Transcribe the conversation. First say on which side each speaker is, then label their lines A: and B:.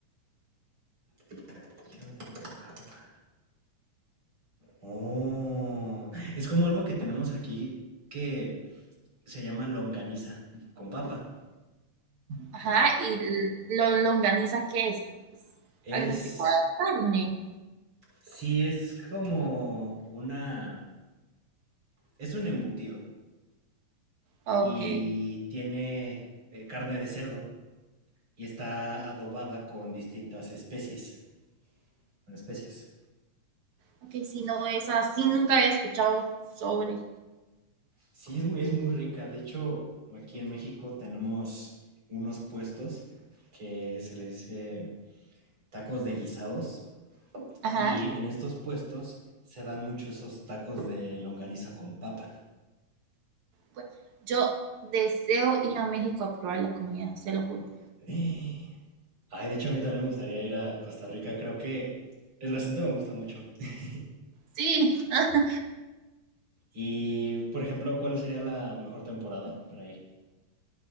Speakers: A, on the right; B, on the right.
A: Picadillo de papa. Oh, es como algo que tenemos aquí que se llama longaniza con papa.
B: Ajá,
A: Pero
B: y lo longaniza, ¿qué es? Es
A: Es,
B: algún tipo de carne.
A: sí, es como una, es un embutido
B: Ok.
A: y tiene eh, carne de cerdo y está adobada con distintas especies, con especias.
B: Ok, si no es así, nunca había escuchado sobre.
A: Sí, es, mu- es muy rica. De hecho, aquí en México tenemos unos puestos que se le dice tacos de guisados
B: Ajá.
A: y en estos puestos se dan mucho esos tacos de longaniza con papa.
B: Pues, yo deseo ir a México a probar la comida, se lo juro.
A: <gasps> Ay, de hecho a mí también me gustaría ir a Costa Rica. Creo que el acento me gusta mucho. <laughs>
B: Sí, ¿no?
A: Y, por ejemplo, ¿cuál sería la mejor temporada para ir?